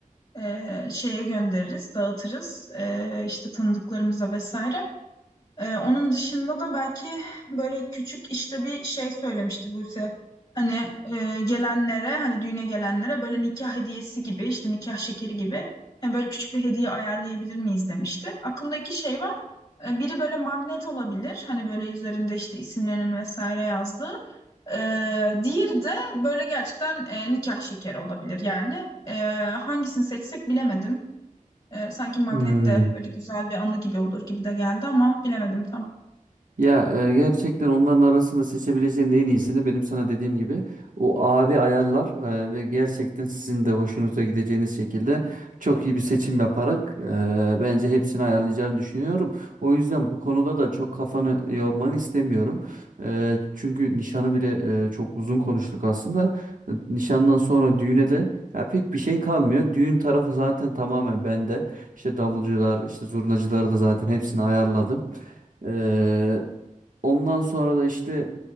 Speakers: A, on the left; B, on the right.
A: e, şeye göndeririz, dağıtırız. E, işte tanıdıklarımıza vesaire. Ee, onun dışında da belki böyle küçük işte bir şey söylemişti Buse. Hani e, gelenlere hani düğüne gelenlere böyle nikah hediyesi gibi işte nikah şekeri gibi hani böyle küçük bir hediye ayarlayabilir miyiz demişti. Aklımda iki şey var. Ee, biri böyle magnet olabilir. Hani böyle üzerinde işte isimlerinin vesaire yazdığı. Ee, diğeri de böyle gerçekten e, nikah şekeri olabilir yani. Ee, hangisini seçsek bilemedim. Ee, sanki magnet
B: hı.
A: de böyle güzel bir anı gibi olur gibi de geldi ama bilemedim tam.
B: Ya e, gerçekten onların arasında seçebileceğin en iyisini benim sana dediğim gibi o abi ayarlar e, ve gerçekten sizin de hoşunuza gideceğiniz şekilde çok iyi bir seçim yaparak e, bence hepsini ayarlayacağını düşünüyorum. O yüzden bu konuda da çok kafanı yormanı istemiyorum. E, çünkü nişanı bile e, çok uzun konuştuk aslında. E, Nişandan sonra düğüne de ya pek bir şey kalmıyor. Düğün tarafı zaten tamamen bende. İşte davulcular, işte zurnacıları da zaten hepsini ayarladım. E, Ondan sonra da işte